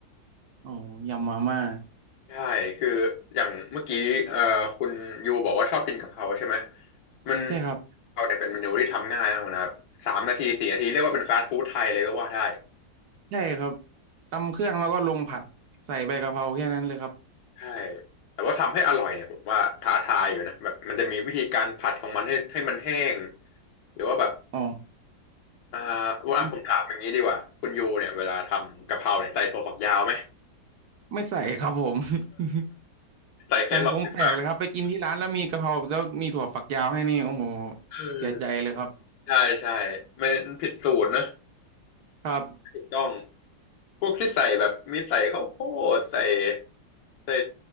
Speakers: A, on the right; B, on the left.
A: อ๋อยำมาม่า
B: ใช่คืออย่างเมื่อกี้เอ่อคุณยูบอกว่าชอบกินกะเพราใช่ไหมมัน
A: ใช่ครับ
B: กะเพราเนี่ยเป็นเมนูที่ทำง่ายมากนะครับสามนาทีสี่นาทีเรียกว่าเป็นฟาสต์ฟู้ดไทยเลยก็ว่าได้
A: ใช่ครับตำเครื่องแล้วก็ลงผัดใส่ใบกะเพราแค่นั้นเลยครับ
B: ใช่แต่ว่าทำให้อร่อยเนี่ยผมว่าท้าทายอยู่นะแบบมันจะมีวิธีการผัดของมันให้ให้มันแห้งหรือว่าแบบ
A: อ๋อ
B: อ่าว่าผมถามอย่างนี้ดีกว่าคุณยูเนี่ยเวลาทำกะเพราเนี่ยใส่ถั่วฝักยาวไหม
A: ไม่ไม่ใส่ครับผม <laughs>
B: <laughs> ใส่แครอท
A: ผมผมแปลกเลยครับไปกินที่ร้านแล้วมีกะเพราแล้วมีถั่วฝักยาวให้นี่โอ้โห
B: เออ
A: เสียใจเลยครับ
B: ใช่ใช่ไม่ผิดสูตรนะ
A: ครับ
B: ถูกต้อง พวกที่ใส่แบบมีใส่ข้าวโพดใส่ใส่